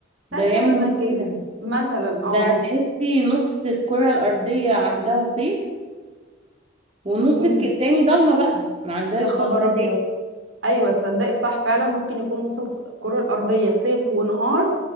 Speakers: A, on the right; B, on the right.
A: ثابتة
B: ده يعمل
A: في مكان
B: مشكله
A: مثلا اه
B: ده تحسي نص الكره الارضيه عندها صيف والنص
A: مم.
B: الك- التاني ضلمه بقى ما عندهاش
A: يا خبر
B: فصل
A: ابيض
B: تاني
A: ايوه تصدقي صح فعلا ممكن يكون نص الكرة الأرضية صيف ونهار